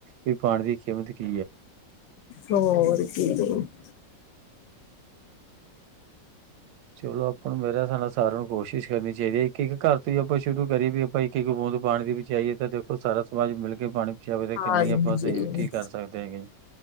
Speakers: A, on the right (about 80°); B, on the left (about 80°).
A: ਵੀ ਪਾਣੀ ਦੀ ਕੀਮਤ ਕਈ,
B: ਹੋਰ ਕੀ <unintelligible>
A: ਚਲੋ ਆਪਾਂ ਨੂੰ ਮੇਰਾ ਹਿਸਾਬ ਨਾਲ ਸਾਰਿਆਂ ਨੂੰ ਕੋਸ਼ਿਸ਼ ਕਰਨੀ ਚਾਹੀਦੀ ਐ ਇੱਕ ਇੱਕ ਘਰ ਤੋਂ ਈ ਆਪਾਂ ਸ਼ੁਰੂ ਕਰੀਏ ਵੀ ਆਪਾਂ ਇੱਕ ਇੱਕ ਬੂੰਦ ਪਾਣੀ ਦੀ ਬਚਾਈਏ, ਤਾਂ ਦੇਖੋ ਸਾਰਾ ਸਮਾਜ ਮਿਲ ਕੇ ਪਾਣੀ ਬਚਾਵੇ ਤਾਂ ਕਿੰਨੀ
B: ਹਾਂਜੀ
A: ਆਪਾਂ ਸੇਫਟੀ ਕਰ ਸਕਦੇ ਹੈਗੇ ਜੀ।